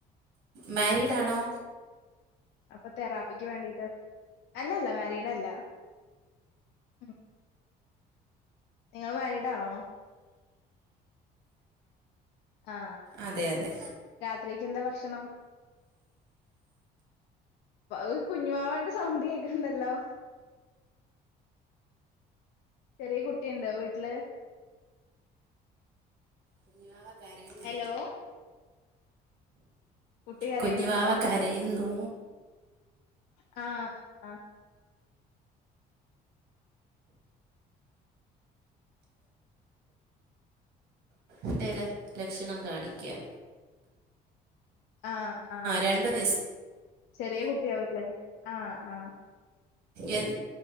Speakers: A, on the right (about 70°); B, on the left (about 80°).
A: മാരീഡാണോ
B: അപ്പൊ തെറാപ്പിക്ക് വേണ്ടീട്ട് അല്ലല്ല മാരീഡല്ല <inaudible> നിങ്ങള് മാരിടാണോ ആ
A: അതെ അതെ
B: രാത്രിയേക്ക് എന്താ ഭക്ഷണം ഒരു കുഞ്ഞുവാവന്റെ സൗണ്ട് കേക്ക്ണ്ടല്ലോ ചെറിയ കുട്ടിഇണ്ടോ വീട്ടില്
A: കുഞ്ഞുവാവ കരയുന്നു
B: ഹലോ കുട്ടി കരയുന്നുണ്ടോ
A: കുഞ്ഞുവാവ കരയുന്നു
B: ആ ആ
A: എന്തെരാ ലക്ഷണം കാണിക്യാ
B: ആ ആ
A: രണ്ട് വയസ്സ്
B: ചെറിയ കുട്ടിയാവൂല്ലേ ആ ആ
A: എൻ